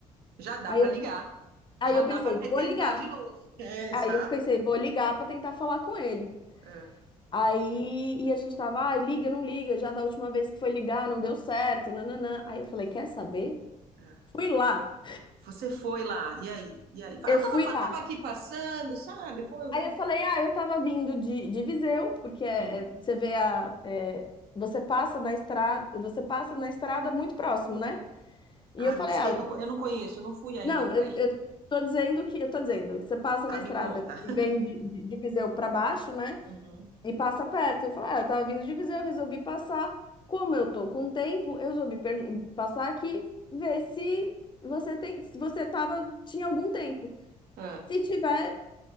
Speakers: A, on the right; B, on the left.
A: Já dá
B: Aí
A: para
B: eu,
A: ligar.
B: aí
A: Já
B: eu
A: dá
B: pensei,
A: para
B: vou
A: tentar
B: ligar.
A: de novo. É, exato.
B: Aí eu pensei, vou ligar pra tentar falar com ele.
A: É,
B: Aí e a gente tava, ai, liga, não liga, já da última vez que foi ligar não deu certo, nananã. Aí eu falei, quer saber?
A: é.
B: Fui lá.
A: Você foi lá, e aí? E aí? Fala,
B: Eu
A: Eu tava,
B: fui
A: pa-
B: lá.
A: tava aqui passando, sabe? Foi. um
B: Aí eu falei, ah, eu tava vindo de, de Viseu, porque é,
A: Uhum.
B: é, você vê a é, você passa na estrada, você passa na estrada muito próximo, né? E
A: Ah,
B: eu falei,
A: não sei,
B: ah,
A: eu não, co- eu não conheço, eu não fui ainda
B: Não,
A: para
B: eu,
A: aí.
B: eu tô dizendo que eu tô dizendo que você passa
A: Tá,
B: na estrada
A: me conta.
B: e vem de, de, de Viseu para baixo, né?
A: Uhum. <laughs>
B: E passa perto. E fala, ah, eu tava vindo de Viseu, eu resolvi passar. Como eu tô com tempo, eu resolvi pergun- passar aqui, ver se você tem, se você tava, tinha algum tempo.
A: É.
B: Se tiver,